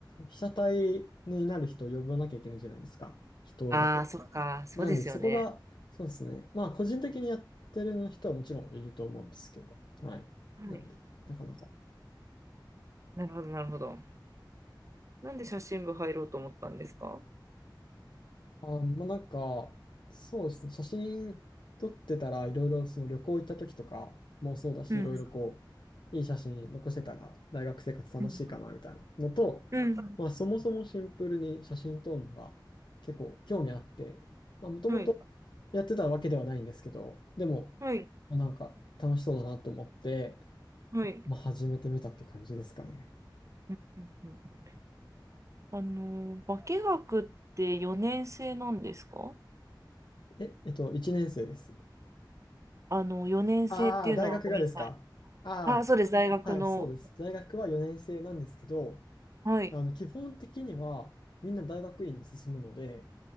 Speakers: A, on the left (about 70°); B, on the right (about 40°).
A: 被写体になる人を呼ばなきゃいけないじゃないですか。人だと。
B: ああ、そっか。そうですよね。
A: なんでそこが、そうですね。まあ個人的にやってる人はもちろんいると思うんですけど、はい。
B: はい。
A: なんで、なかなか。
B: なるほど、なるほど。なんで写真部入ろうと思ったんですか
A: あ、まあ、なんか、そうですね、写真撮ってたら、いろいろその旅行行った時とかもそうだし、
B: うん
A: いろいろこう、いい写真残せたら、大学生活楽しいかなみたいなのと、
B: うんうん
A: まあ、そもそもシンプルに写真撮るのが結構興味あって、まあ、もともと
B: はい、
A: やってたわけではないんですけど、でも、
B: はい、
A: まあ、なんか楽しそうだなと思って、
B: はい。
A: まあ、始めてみたって感じですかね。
B: うんうんうんあの化学って4年生なんですか
A: え、えっと、1年生です。
B: あの4年生っていうのはごめんなさい。
A: ああ、大学がですか。あ
B: あ、そうです、大学の。
A: あ。はい、そうです。大学は4年生なんですけど、
B: はい、
A: あの基本的にはみんな大学院に進むので、